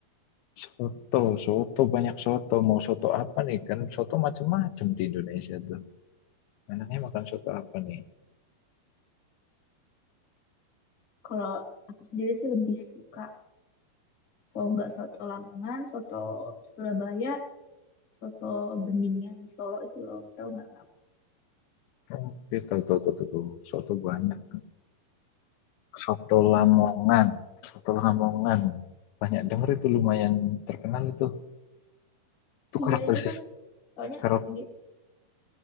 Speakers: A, on the left (about 85°); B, on the left (about 45°).
A: Soto, soto, banyak soto. Mau soto apa nih? Kan soto macem-macem di Indonesia tuh. Enaknya makan soto apa nih?
B: Kalau aku sendiri sih lebih suka, kalau nggak soto Lamongan, soto Surabaya, soto Beningan di Solo itu loh, tahu nggak kamu?
A: Oke, tahu tahu tahu tahu. tahu. Soto banyak. Soto Lamongan.
B: Mm-mm.
A: Soto Lamongan. Banyak denger itu lumayan terkenal itu. Itu
B: Iya
A: karakteristik
B: itu kan, soalnya
A: karak-
B: dia